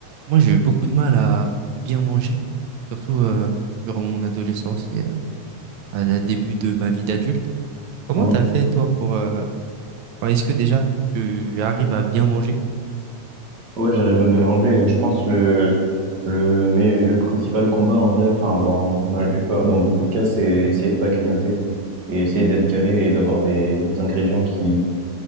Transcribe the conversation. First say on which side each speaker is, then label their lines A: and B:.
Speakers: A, on the right; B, on the right.
A: Moi, j'ai eu beaucoup de mal à bien manger, surtout euh, durant mon adolescence et euh, à la début de ma vie d'adulte. Comment
B: Mm.
A: t'as fait, toi, pour... euh, enfin, est-ce que déjà, tu arrives à bien manger
B: Ouais, j'arrive à bien manger et je pense le le mais le principal combat en vrai, enfin dans dans la plupart, dans beaucoup de cas, c'est essayer de pas grignoter et essayer d'être calé et d'avoir des ingrédients qui